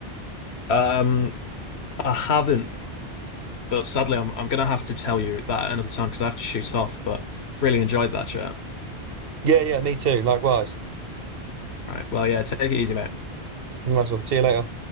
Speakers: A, on the left (about 80°); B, on the right (about 65°).
A: Um, I haven't, but sadly, I'm I'm gonna have to tell you that another time because I have to shoot off. But really enjoyed that chat.
B: Yeah, yeah, me too. Likewise.
A: Right. Well, yeah, take it easy, mate.
B: Nice one. See you later.